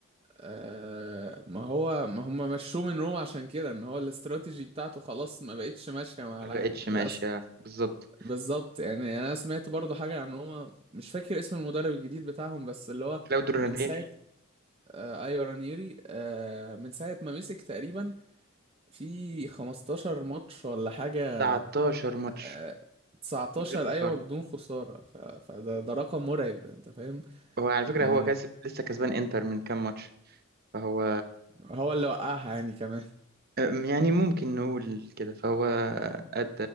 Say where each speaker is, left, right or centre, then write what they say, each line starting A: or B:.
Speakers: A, on the right; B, on the right.
A: آه ما هو ما هم مشوه من روما عشان كده ان هو الاستراتيجي بتاعته خلاص ما بقتش ماشية مع
B: ما
A: العالم
B: بقتش
A: للأسف
B: ماشية بالظبط
A: بالظبط يعني انا سمعت برضو حاجة عن روما مش فاكر اسم المدرب الجديد بتاعهم بس اللي هو
B: كلاوديو رانيري
A: من ساعة آه ايوه رانييري آه من ساعة ما مسك تقريبا في 15 ماتش ولا حاجة
B: 19 ماتش
A: آه 19
B: من غير خسارة
A: ايوه بدون خسارة ف- فده ده رقم مرعب انت فاهم
B: هو على فكرة
A: يعني
B: هو كاسب لسه كسبان إنتر من كام ماتش فهو
A: هو اللي وقعها يعني كمان
B: أم، يعني ممكن نقول كده فهو أدى